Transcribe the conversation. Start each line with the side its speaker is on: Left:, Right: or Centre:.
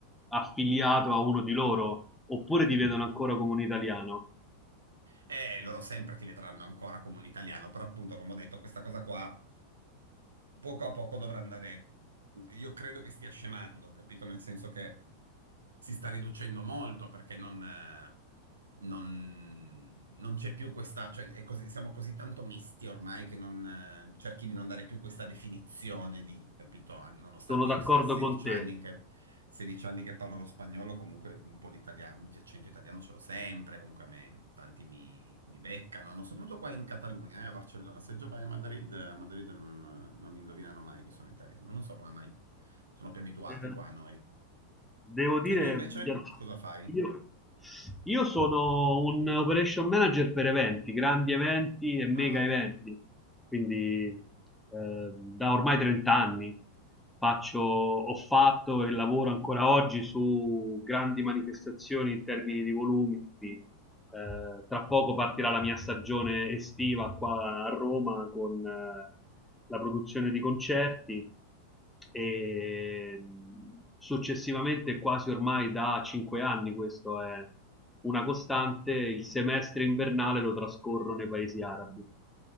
Centre: affiliato a uno di loro, oppure ti vedono ancora come un italiano.
Right: Eh, loro sempre ti vedranno ancora come un italiano, però appunto, come ho detto, questa cosa qua poco a poco dovrà andare, io credo che stia scemando, capito? Nel senso che si sta riducendo molto perché non, eh, non- non c'è più questa, cioè è così- siamo così tanto misti ormai che non, eh, cerchi di non dare più questa definizione di, capito? An- Nonostante
Centre: Sono d'accordo
Right: io sia a 16
Centre: con te.
Right: anni che, 16 anni che parlo lo spagnolo, comunque un po' di italiano, un accento italiano ce l'ho sempre, comunque a me tanti mi, mi beccano, no? Soprattutto qua in Catalogna, eh, a Barcellona. Se già vai a Madrid, a Madrid non, non indovinano mai che sono italiano, non so come mai. Sono più abituati
Centre: Eh,
Right: qua a noi.
Centre: devo dire,
Right: E tu invece cosa fai?
Centre: io, io sono un operation manager per eventi, grandi eventi e mega
Right: Ah,
Centre: eventi, quindi eh, da ormai 30 anni faccio, ho fatto e lavoro ancora oggi su grandi manifestazioni in termini di volumi. Eh, tra poco partirà la mia stagione estiva qua a Roma con eh, la produzione di concerti e mh, successivamente, quasi ormai da cinque anni, questo è una costante, il semestre invernale lo trascorro nei paesi arabi,